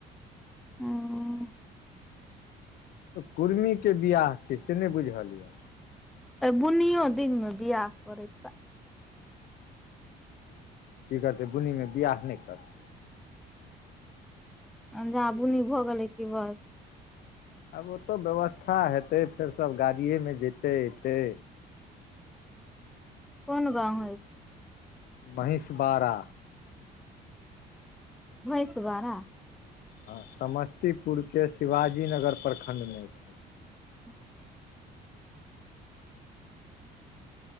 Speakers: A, in the centre; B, on the left.
A: हँ
B: कुर्मी के बियाह छैय से नहि बुझलीयै।
A: बुनीयो दिन मे बियाह करै छैय भ।
B: की करतै बुनिमे बियाह नहि करतै।
A: जहां बुनी भऽ गेलै की बस।
B: आब ओतऽ व्यवस्था हेतै फेर सब गाड़िये में जेतै एतै।
A: कोन गाँव होईछ?
B: महिस बारा
A: महिष बारा
B: हँ समस्तीपुर के शिवाजी नगर प्रखंड में छैय।
A: <unintelligible>